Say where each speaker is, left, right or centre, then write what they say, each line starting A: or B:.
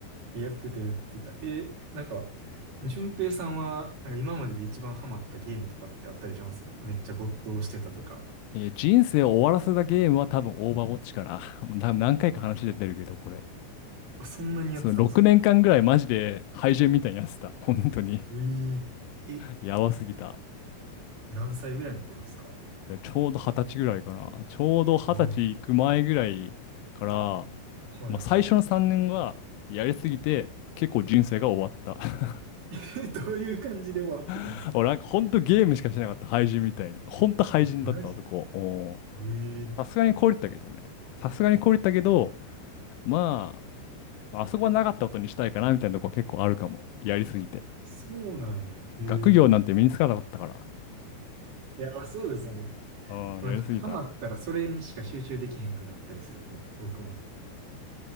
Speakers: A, on the right; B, on the left.
A: やってた、やってた。え、なんか、淳平さんは、なんか今までで一番ハマったゲームとかってあったりしますめっちゃ没頭してたとか。
B: えー人生を終わらせたゲームは多分オーバーウォッチかな。もう多分何回か話出てるけど、
A: あ、
B: これ。
A: あそんなにやってたんですか
B: その6年間ぐらいマジで廃人みたいにやってた。<laughs> 本当に。
A: えええ、
B: やばすぎた。
A: 何歳ぐらいの頃ですか
B: いや、ちょうど二十歳ぐらいかな。ちょうど二十歳行く前ぐらいから、
A: ああ、はいは
B: まあ、最初の3年はやりすぎて、結構人生が終わった。
A: い。<laughs> え、どういう感じで終わってたんですか
B: <laughs> 俺なんかほんとゲームしかしなかった、廃人みたいに。ほんと廃人だった、
A: あ、マジですか
B: あそこ。おー
A: ええ
B: さすがに凍りったけどね。さすがに凍りったけど、まあ、あそこはなかったことにしたいかなみたいなとこ結構あるかも。やりすぎて。
A: そうなんや。へえ。
B: 学業なんて身につかなかったから。
A: いや、そうですよね。
B: うん、
A: なんか、
B: やりすぎた。
A: ハマったらそれにしか集中できへんくなったりするかも。僕も。